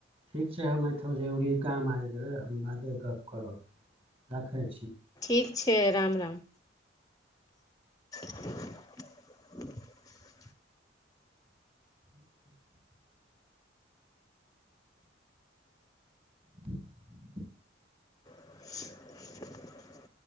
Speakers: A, on the right; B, on the left.
A: ठीक छै हम अठहु जरूरी काम आबि गेलै हम बादे गप्प करब रखै छी
B: ठीक छै राम राम <inaudible>
A: <inaudible> त <inaudible>
B: <inaudible>